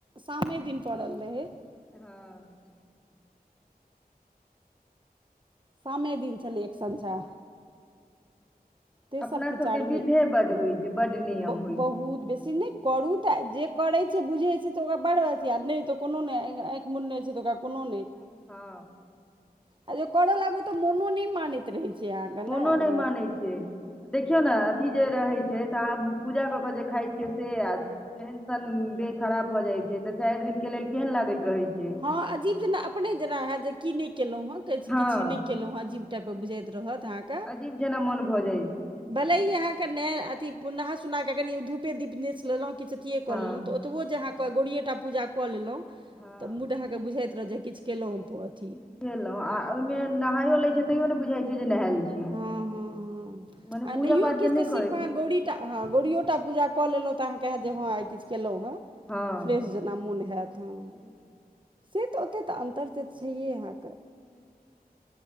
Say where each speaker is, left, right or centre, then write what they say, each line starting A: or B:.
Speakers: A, on the right (about 30°); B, in the centre.
A: सामे दिन पड़ल रहै।
B: हँ।
A: सामे दिन छेलै एकसंझा। तेसर
B: अपना
A: कि
B: सबके
A: चारीमे
B: विधे बड्ड होइ छै बड्ड नियम
A: ब
B: होइ
A: -बहुत
B: छै
A: बेसी नै। करू तऽ जे करै छै बुझै छै तऽ ओकरा बड़ अथी नै तऽ कोनो नै। नून नै छै तऽ ओकरा कोनो नै।
B: छै हँ।
A: आ जऽ कड़ लागू तऽ मोनो नै मानैत त रहै छै अहाँके
B: मोनो
A: ने
B: नै
A: एकदम
B: मानै छै देखियौ ने अथी जे रहै छै तऽ आहाँ पूजा कऽ के जे खाइ छियै से आ एहन सन देह खराब भऽ जाय छै तऽ चैर दिन के लेल केहन लागैत रहै छै।
A: हँ अजीव जेना अपने जेना हेएत जे की नै केलौ हेँ
B: हँ
A: किछ नै केलौ हँ अजीव टाइप कऽ बुझाइत रहत आहाँ के
B: अजीब जेना मोन भऽ जाइ छै
A: भले ही आहाँके न अथी नहा सुना क कनि धूपे दीप नेस लेलौ। किछ अथिए कऽ
B: हँ
A: लेलौ तऽ ओतबो जे अहाँ गौरीयेटा पूजा कऽ लेलौ।
B: हँ
A: तऽ मूड अहाँकेँ बुझाइत रहत जे किछ केलौ हम अपन
B: सिखेलौ आ ओहिमे नहायो लै छियै तैयो नै बुझाइत छै जे नहायएल छी।
A: हँ हँ हँ
B: मने
A: आ नहियो
B: पूजा पाठ
A: किछ
B: जे नहि
A: तऽ सिर्फ
B: करै छै
A: अहाँ
B: से
A: गौरी
B: तऽ
A: टा हँ गौरीयो। सबटा पूजा कऽ लेलौ तऽ आहाँ के हेएत जे हँआय किछ केलौ हेँ
B: हँ
A: फ्रेश जेना मोन हेएत हँ।
B: सही ने।
A: से तऽ ओते तऽ अन्तर तऽ छैहे अहाँ के
B: हूँ।